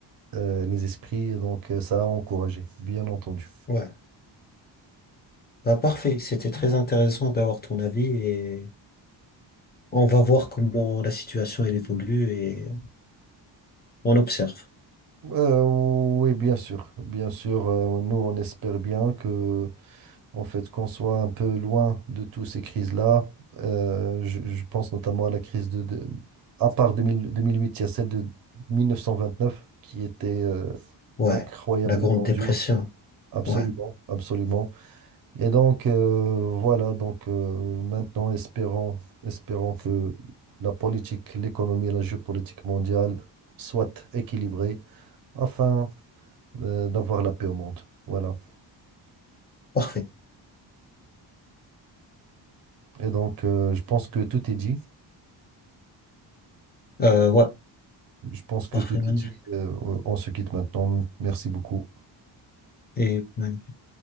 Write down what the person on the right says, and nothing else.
euh, les esprits, donc euh, ça a encouragé, bien entendu.
Euh, oui, bien sûr, bien sûr. euh, nous, on espère bien que, en fait, qu'on soit un peu loin de toutes ces crises-là. Euh, je, je pense notamment à la crise de, de- à part 2000 2008, il y a celle de 1929 qui était euh,
incroyablement
dure. Absolument,
absolument. Et donc, euh, voilà, donc euh, maintenant, espérons, espérons que la politique, l'économie et la géopolitique mondiale soient équilibrées afin euh, d'avoir la paix au monde. Voilà.
Et donc, euh, je pense que tout est dit.
Je pense que
tout
est dit. Euh, on on se quitte maintenant. Merci beaucoup.